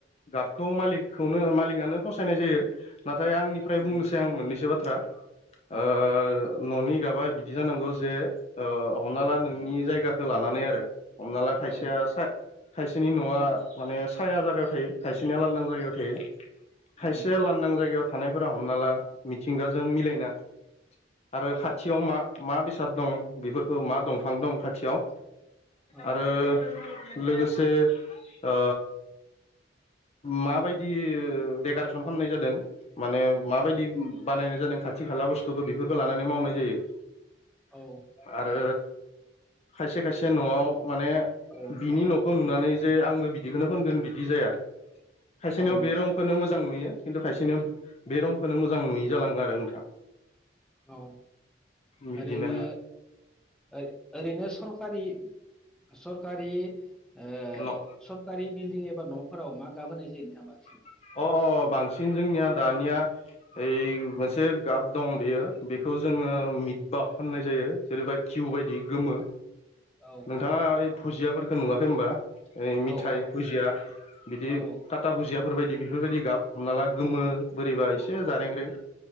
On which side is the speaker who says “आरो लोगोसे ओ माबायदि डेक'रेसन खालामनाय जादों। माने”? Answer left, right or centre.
Left